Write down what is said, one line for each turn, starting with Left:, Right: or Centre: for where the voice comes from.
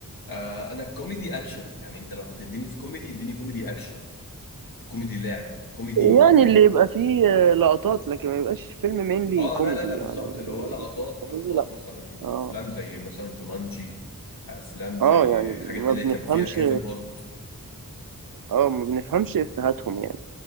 Left: آه انا الكوميدي اكشن يعني انت لو هتديني في كوميدي اديني كوميدي اكشن كوميدي لعب كوميدي
Right: يعني
Left: فاهم
Right: اللي يبقى فيه آه، لقطات لكن ما يبقاش فيلم مينلي
Left: اه
Right: كوميدي
Left: لا لا لا بالظبط
Right: يعني
Left: اللي هو لقطات
Right: كوميدي
Left: لقطات
Right: لا
Left: مثلا
Right: اه
Left: افلام زي مثلا جومانجي افلام زي
Right: اه يعني
Left: حاجات
Right: ما
Left: اللي
Right: بنفهمش
Left: هي كان فيها كيفن هارت
Right: اه ما بنفهمش افهاتهم يعني